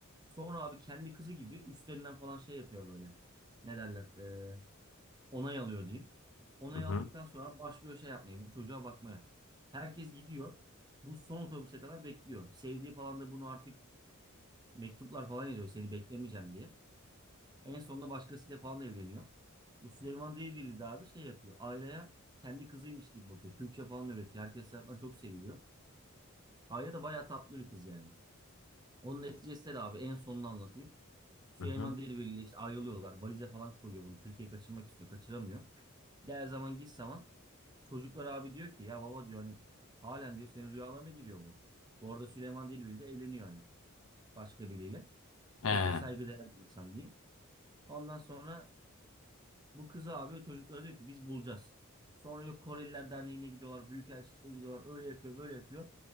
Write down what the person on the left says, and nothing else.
Hı hı.
Hı hı.
He,